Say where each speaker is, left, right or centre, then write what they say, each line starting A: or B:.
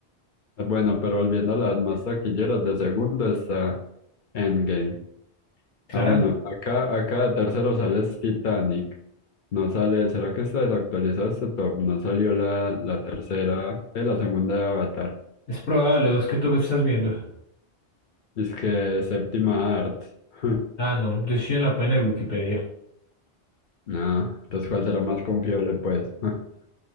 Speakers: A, on the left; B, on the left.
A: Eh, Bueno, pero volviendo a las más taquilleras de segundo está Endgame.
B: Clara,
A: Ah, bueno, acá, acá de tercero sale es Titanic. No sale, ¿será que está desactualizado este top? No salió la, la tercera, eh, la segunda de Avatar.
B: es probable, ¿vos qué tú estás viendo?
A: Es que séptima art. <laughs>
B: Ah, no, yo estoy en la página de Wikipedia.
A: No, entonces ¿cuál será más confiable, pues? <laughs>